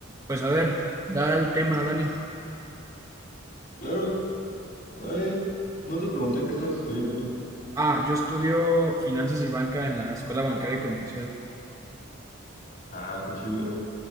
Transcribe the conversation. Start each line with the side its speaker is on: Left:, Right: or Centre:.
Right: Pues a ver, da el tema, Dani.
Left: Claro, ay, no te pregunté qué estabas estudiando tú.
Right: Ah, yo estudio finanzas y banca en la Escuela Bancaria y Comercial.
Left: Ah, qué chido.